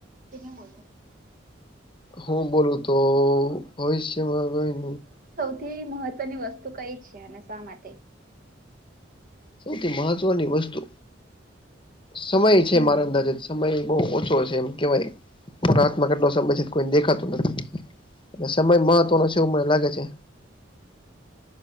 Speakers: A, on the right; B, on the left.
A: તે બોલો
B: હું બોલું તો ભવિષ્યમાં
A: તે મહત્વની વસ્તુ કઈ છે અને શા માટે
B: સૌથી મહત્વની વસ્તુ સમય છે
A: હમ
B: મારા અંદાજ જ સમય બહુ ઓછો છે એમ કેવાય કો હાતમાં કેટલો સમય છે કોઈ દેખાતું નથી એ સમય મહત્વનો છે એવું મને લાગે છે